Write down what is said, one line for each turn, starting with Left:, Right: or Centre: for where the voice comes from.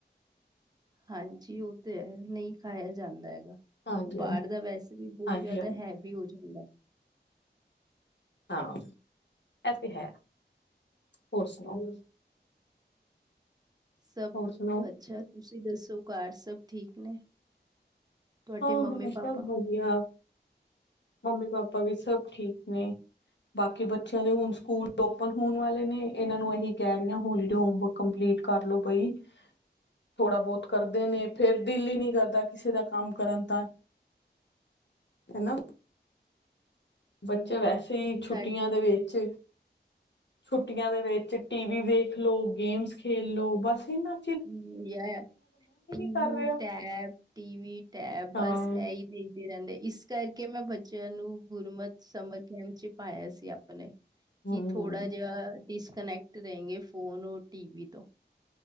Right: ਹਾਂਜੀ, ਉਹ ਤੇ ਹੈ ਨਈ ਖਾਇਆ ਜਾਂਦਾ ਹੈਗਾ।
Left: ਹਾਂਜੀ
Right: ਬਾਰ
Left: ਹਾਂਜੀ
Right: ਦਾ ਵੈਸੇ ਵੀ ਬਹੁ
Left: ਹਾਂਜੀ
Right: ਜਾਦਾ
Left: ਹਾਂਜੀ
Right: ਹੈਵੀ ਹੋ ਜਾਂਦਾ।
Left: ਹਾਂ ਐ ਤੇ ਹੈ, ਹੋਰ ਸੁਨਾਓ
Right: ਸਬ
Left: ਹੋਰ ਸੁਣਾਓ
Right: ਅੱਛਾ ਤੁਸੀਂ ਦੱਸੋ ਘਰ ਸਬ ਠੀਕ ਨੇ। ਤੁਹਾਡੇ
Left: ਹਾਂ-ਹਾਂ
Right: ਮੰਮੀ-ਪਾਪਾ?
Left: ਸਬ ਵਦੀਆ, ਮੰਮੀ ਪਾਪਾ ਵੀ ਸਬ ਠੀਕ ਨੇ। ਬਾਕੀ ਬੱਚਿਆਂ ਦੇ ਹੁਨ ਸਕੂਲ ਓਪਨ ਹੋਣ ਵਾਲੇ ਨੇ ਏਨਾਂ ਨੂੰ ਏਹੀ ਕੈ ਰਈ ਆਂ ਹੋਲੀਡੇ ਹੋਮਵਰਕ ਕੰਪਲੀਟ ਕਰ ਲੋ ਬਈ।
Right: ਹ।
Left: ਥੋੜਾ ਬੋਤ ਕਰਦੇ ਨੇ, ਫੇਰ ਦਿਲ ਈ ਨੀ ਕਰਦਾ ਕਿਸੇ ਦਾ ਕੰਮ ਕਰਨ ਦਾ। ਹੈਨਾ। ਬੱਚੇ ਵੈਸੇ ਈ ਛੁੱਟੀਆਂ
Right: ਸਾ
Left: ਦੇ ਵਿੱਚ ਛੁੱਟੀਆਂ ਦੇ ਵਿੱਚ ਟੀ ਵੀ ਵੇਖ ਲੋ ਗੇਮਸ ਖੇਲ ਲੋ ਬਸ ਏਨਾ
Right: ਹੂੰ ਯੇ ਟੀਵੀ
Left: ਕਰ ਰਿਹਾ
Right: ਟੈਪ ਟੀਵ ਟੈਪ
Left: ਹਾਂ
Right: ਬਸ ਐਈ ਤੇ ਦੇ ਰੈਂਦੇ ਇਸ ਕਰਕੇ ਮੈਂ ਬੱਚੇਆਂ ਨੂੰ ਗੁਰਮਤ ਸਮਰ ਕੈਂਪ ਚ ਪਾਏਆ ਸੀ ਆਪ ਆਪਨੇ ਕੇ
Left: ਹਮ
Right: ਥੋੜਾ ਜਿਆ ਡਿਸਕਨੈਕਟ ਰਅੇਂਗੇ ਫੋਨ ਔਰ ਟੀ ਵੀ ਤੋਂ।